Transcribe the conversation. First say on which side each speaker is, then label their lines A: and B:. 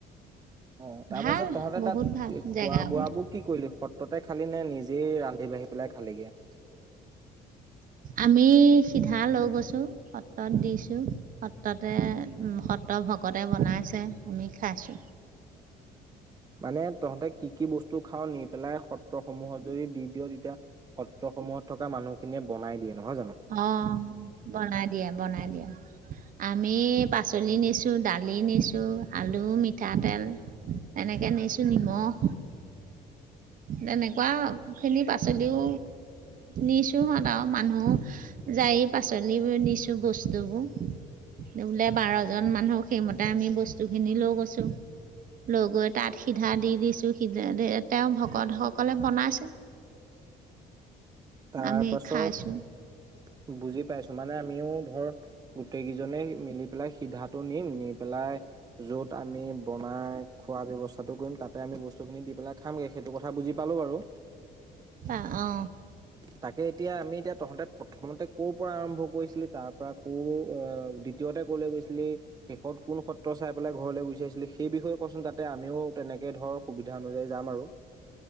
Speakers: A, on the right; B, on the right.
A: অ', তাৰপাছত
B: ভাল
A: তহঁতে
B: বহুত
A: তাত
B: ভাল জেগাবোৰ
A: খোৱা বোৱাবোৰ কি কৰিলি, সত্ৰতে খালিনে নিজেই ৰান্ধি বাঢ়ি পেলাই খালিগে?
B: আমি সিধা লৈ গৈছোঁ, সত্ৰত দিছোঁ। সত্ৰতে, উম, সত্ৰৰ ভকতে বনাইছে, আমি খাইছোঁ।
A: মানে তহঁতে কি কি বস্তু খাওঁ নি পেলাই সত্ৰসমূহত যদি দি দিয় তেতিয়া সত্ৰ সময়ত থকা মানুহখিনিয়ে বনাই দিয়ে নহয় জানো।
B: অ', বনাই দিয়ে, বনাই দিয়ে। আমি পাচলি নিছোঁ, দালি নিছোঁ, আলু, মিঠাতেল এনেকে নিছোঁ নিমখ। তেনেকুৱাখিনি পাচলিও নিছোঁ হত আৰু মানুহো যায়ে পাচলিবোৰ নিছোঁ বস্তুবোৰ। বোলে বাৰজন মানুহক সেইমতে আমি বস্তুখিনি লৈ গৈছোঁ। লৈ গৈ তাত সিধা দি দিছোঁ, সিধা তেওঁ ভকতসকলে বনাইছে।
A: তাৰপাছত
B: আমি খাইছোঁ
A: বুজি পাইছোঁ, মানে আমিও ধৰ গোটেইকেইজনে মিলি পেলাই সিধাটো নিম, নি পেলাই য'ত আমি বনাই খোৱা ব্যৱস্থাটো কৰিম, তাতে আমি বস্তুখিনি দি পেলাই খামগে সেইটো কথা বুজি পালোঁ বাৰু।
B: আ, অ'।
A: তাকে এতিয়া আমি এতিয়া তহঁতে প্ৰথমতে ক'ৰ পৰা আৰম্ভ কৰিছিলি, তাৰ পৰা ক আ, দি দ্বিতীয়তে কলৈ গৈছিলি শেষত কোন সত্ৰ চাই পেলাই ঘৰলৈ গুচি আহছিলি, সেই বিষয়ে কচোন? যাতে আমিও তেনেকে ধৰ সুবিধা অনুযায়ী যাম আৰু।